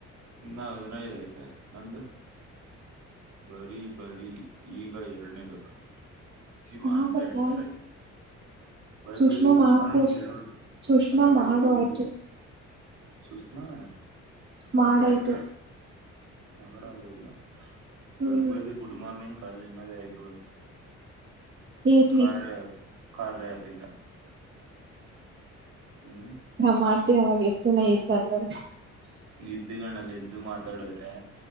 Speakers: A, on the right; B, on the right.
A: ಇನ್ನಾ ಹದಿನೈದ ಐತೆ ನಂದು ಬರೀ ಬರೀ ಈಗ ಎರಡನೇದು ಶಿವ
B: ಆಗತ್ತಾ
A: ಅಂತ ಎಂಟರ್ ಆಯಿತ ಬೆಳಗ್
B: ಸುಷ್ಮಾ
A: ಬೆಳಗ್ಗೆ ಗುಡ್
B: ಮಾಡ್ಕೊಡ್
A: ಮಾರ್ನಿಂಗ್ ಹೇಳೋಳ
B: ಸುಷ್ಮಾ
A: ಅಲ್ಲ ಬೆಳಗ್
B: ಮಾಡು
A: ಬೆಳಿಗ್ಗೆ
B: ಆಯ್ತು
A: ಗು ಸುಷ್ಮಾ
B: ಮಾಡಾಯ್ತು
A: ಮಾಡಾಗ ಹೋಡ್ಲಾ
B: ಹ್ಮ್
A: ಬೆಳಗ್ ಬೆಳಗ್ಗೆ ಗುಡ್ ಮಾರ್ನಿಂಗ್ ಕಾಲ ನಿನ್ನದೇ ಆಗಿರ್ಬೇಕು
B: ಏ ಪ್ಲೀಸ್
A: ಕಾರ್ಯ ಕಾರ್ಯ ಆ್ಯಪ್ ಇಂದ ಹ್ಮ್
B: ನಾ ಮಾಡ್ತೀನೀ ಅವಾಗ ಎತ್ತುನ ಇಲ್ವಲ್ಲ
A: ನಿದ್ದುಗನಲ್ಲಿ ಎದ್ದು ಮಾತಾಡದ್ರೆ